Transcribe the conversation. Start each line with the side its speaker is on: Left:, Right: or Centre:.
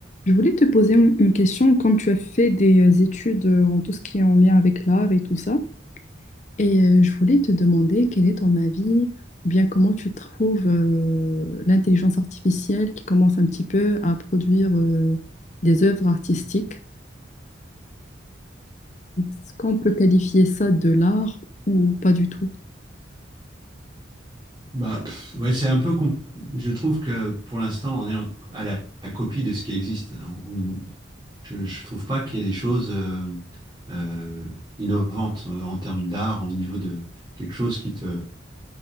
Left: Je voulais te poser une une question quand tu as fait des euh, études euh, en tout ce qui est en lien avec l'art et tout ça. Et euh, je voulais te demander quel est ton avis, ou bien comment tu trouves euh, l'intelligence artificielle qui commence un petit peu à produire euh, des œuvres artistiques. Est-ce qu'on peut qualifier ça de l'art ou pas du tout?
Right: Bah, pff, ouais, c'est un peu. com- Je trouve que pour l'instant, on est en- à la, la copie de ce qui existe. On- on- je, je trouve pas qu'il y ait des choses euh, euh, innovantes euh, en termes d'art, au niveau de quelque chose qui te.